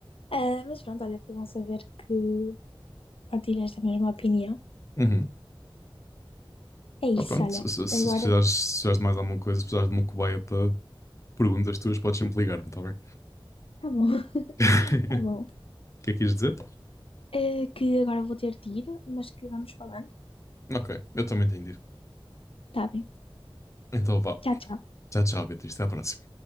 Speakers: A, on the left; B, on the left.
A: Ah, mas pronto, olha, foi bom saber que partilhas da mesma opinião.
B: uhum.
A: É isso,
B: Pá, pronto,
A: olha.
B: se, se-
A: Agora,
B: se precisares, se precisares de mais alguma coisa, se precisares de uma cobaia para perguntas tuas, podes sempre ligar-me, está bem?
A: tá bom, <laughs>
B: <laughs>
A: tá bom.
B: O que é que quis dizer?
A: eh, que agora vou ter de ir, mas que vamos falando.
B: Ok, eu também entendi.
A: Tá bem.
B: Então vá.
A: Tchau, tchau.
B: Tchau, tchau, Beatriz. Até à próxima.